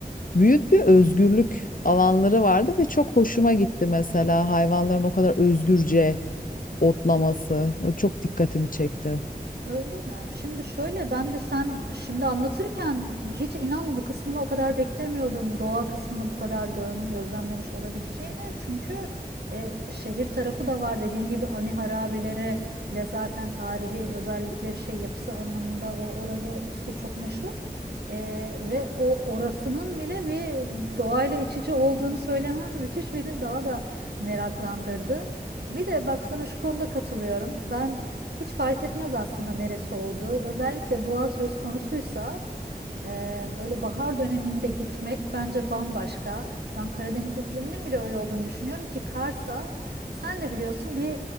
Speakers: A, on the left; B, on the right.
A: büyük bir özgürlük alanları vardı ve çok hoşuma gitti mesela hayvanların o kadar özgürce otlaması. O çok dikkatimi çekti.
B: Öyle mi? Şimdi şöyle ben de sen şimdi anlatırken hiç inan bu kısmını o kadar beklemiyordum. Doğa kısmını bu kadar görmüş, gözlemlemiş olabileceğini. Çünkü e, şehir tarafı da var dediğin gibi ani harabeleri ile zaten tarihi özellikleri şey yapısı anlamında o orası çok meşhur. E, ve o orasının bile bir doğayla iç içe olduğunu söylemen müthiş beni daha da meraklandırdı. Bir de bak sana şu konuda katılıyorum. Ben hiç fark etmez aslında neresi olduğu. Özellikle dua söz konusuysa ee, böyle bahar döneminde gitmek bence bambaşka. Ben Karadeniz ikliminin bile öyle olduğunu düşünüyorum ki Kars'a sen de biliyorsun bir